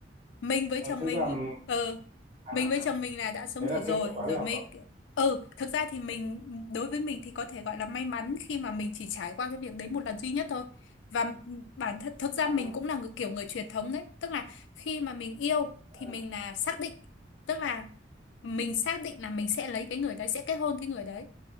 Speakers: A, on the left; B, on the right.
A: mình với
B: Ờ,
A: chồng
B: thế
A: mình
B: rằng
A: ừ
B: à
A: mình với chồng mình là đã sống
B: thế
A: thử
B: là
A: rồi
B: kết thúc khóa
A: rồi
B: đi học
A: mới
B: rồi
A: ừ thực ra thì mình đối với mình thì có thể gọi là may mắn khi mà mình chỉ trải qua cái việc đấy một lần duy nhất thôi và ừ, bản thân thực ra
B: à
A: mình cũng là người kiểu người truyền thống đấy tức là khi mà mình yêu
B: à
A: thì mình là xác định tức là mình xác định là mình sẽ lấy cái người đấy sẽ kết hôn cái người đấy